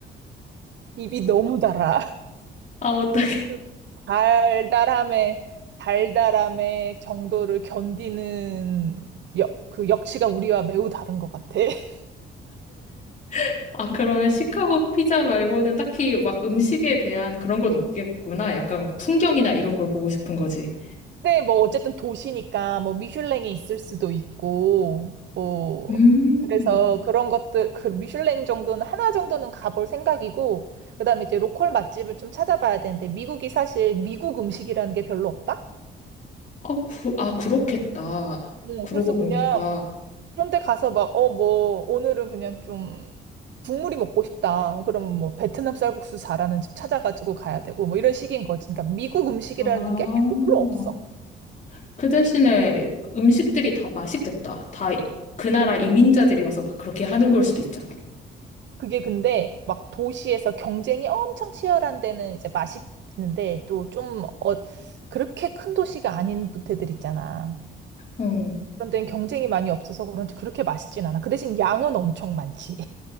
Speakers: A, on the right (about 65°); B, on the left (about 40°).
A: 입이 너무 달아.
B: 아 어떡해.
A: 그 달달함의 달달함의 정도를 견디는 역, 그 역치가 우리와 매우 다른 것 같아. <laughs>
B: <laughs> 아 그러면 시카고 피자 말고는 딱히 막 음식에 대한 그런 건 없겠구나. 약간 뭐 풍경이나 이런 걸 보고 싶은 거지.
A: 근데 뭐 어쨌든 도시니까 뭐 미슐랭이 있을 수도 있고 뭐
B: 음.
A: 그래서 그런 것들 그 미슐랭 정도는 하나 정도는 가볼 생각이고 그다음에 이제 로컬 맛집을 좀 찾아봐야 되는데 미국이 사실 미국 음식이라는 게 별로 없다.
B: 아, 그, 아, 그렇겠다.
A: 응,
B: 그러고
A: 그래서 그냥
B: 보니까.
A: 그런데 가서 막, 어, 뭐, 오늘은 그냥 좀 국물이 먹고 싶다. 그러면 뭐, 베트남 쌀국수 잘하는 집 찾아가지고 가야 되고, 뭐, 이런 식인 거지. 그러니까 미국 음식이라는
B: 아,
A: 게 별로 없어.
B: 그 대신에 음식들이 다 맛있겠다. 다 그 나라 이민자들이 와서 막 그렇게 하는 걸 수도 있잖아.
A: 그게 근데 막 도시에서 경쟁이 엄청 치열한 데는 이제 맛있는데, 또 좀, 어, 그렇게 큰 도시가 아닌 부대들 있잖아.
B: 응.
A: 그런 데는 경쟁이 많이 없어서 그런지 그렇게 맛있진 않아. 그 대신 양은 엄청 많지.